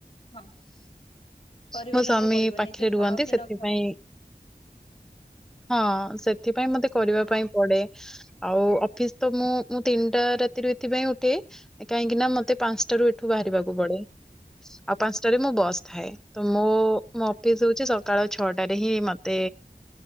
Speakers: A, on the left; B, in the centre.
A: ହଁ କରିବା
B: ମୋ ସ୍ୱାମୀ
A: ପାଇଁ ତ ପଡିବ
B: ପାଖରେ
A: ନିଜେ
B: ରୁହନ୍ତି
A: ଖାଅ କି
B: ସେଥିପାଇଁ
A: ନଖାଅ
B: ହଁ ସେଥିପାଇଁ ମତେ କରିବା ପାଇଁ ପଡେ ଆଉ ଅଫିସ ତ ମୁଁ ମୁଁ ତିନିଟା ରାତି ର ଏଥିପାଇ ଉଠେ କାହିଁକି କି ନା ମତେ ପାଞ୍ଚଟ ର ଏଠୁ ବାହାରିବାକୁ ପଡେ। ଆଉ ପାଞ୍ଚଟାରେ ମୁଁ ବସ୍ ଥାଏ। ତ ମୁଁ ି ହଉଚ ସକାଳ ଛଅଟାରେ ହିଁ ମତେ।